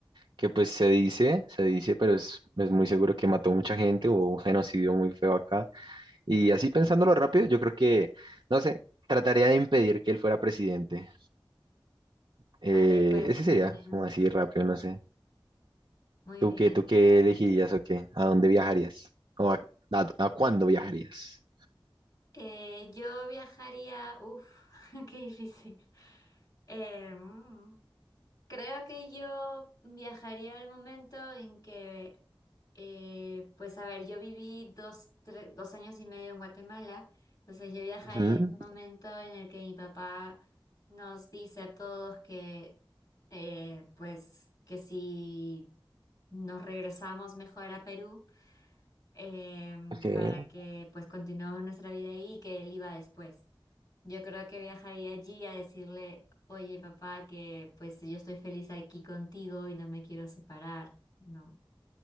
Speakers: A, on the right (about 60°); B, on the left (about 45°).
A: que pues se dice, se dice, pero es, es muy seguro que mató mucha gente, hubo un genocidio muy feo acá. Y así pensándolo
B: Oh.
A: rápido, yo creo que, no sé, trataría de impedir que él fuera presidente. Eh,
B: Vale, pues
A: ese
B: muy
A: sería,
B: bien,
A: como así rápido, no sé.
B: muy
A: ¿Tú
B: bien.
A: qué, tú qué elegirías o qué? ¿A dónde viajarías? ¿O a, a- a cuándo viajarías?
B: Eh, yo viajaría, uff, <laughs> qué difícil. Em, Creo que yo viajaría al momento en que, eh, pues a ver, yo viví dos, tre- dos años y medio en Guatemala, entonces yo viajaría
A: Ujú,
B: al momento en el que mi papá nos dice a todos que, eh, pues que si nos regresamos mejor a Perú em,
A: ok,
B: para que pues continuemos nuestra vida ahí y que él iba después. Yo creo que viajaría allí a decirle, oye papá, que pues yo estoy feliz aquí contigo y no me quiero separar. No.